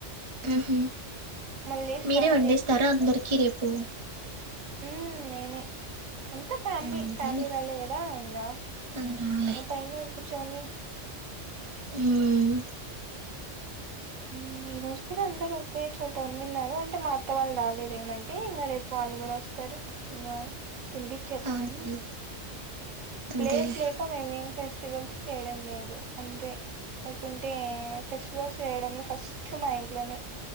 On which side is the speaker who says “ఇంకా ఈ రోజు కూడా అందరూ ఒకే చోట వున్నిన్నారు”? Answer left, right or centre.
Right